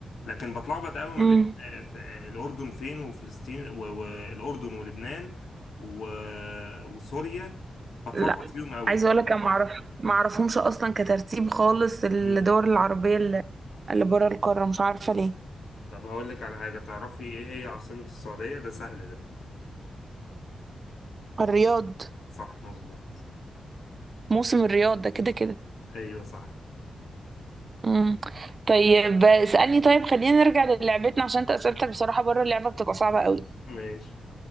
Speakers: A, on the left; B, on the right.
A: لكن بتلخبط قوي ما
B: امم
A: بين آه، ف- آه، الاردن فين وفلسطين و- والاردن ولبنان و- وسوريا بتلخبط
B: لا
A: فيهم قوي
B: عايزة اقول لك انا ما اعرف ما اعرفهمش اصلا كترتيب خالص الدول
A: امم
B: العربية اللي اللي بره القارة مش عارفة ليه
A: طب هقول لك على حاجة تعرفي ايه هي عاصمة السعودية ده سهل ده
B: الرياض
A: صح مظبوط
B: موسم الرياض ده كده كده
A: ايوه صح
B: مم. طيب اسألني طيب خلينا نرجع للعبتنا عشان انت اسئلتك بصراحة بره اللعبة بتبقى صعبة قوي
A: ماشي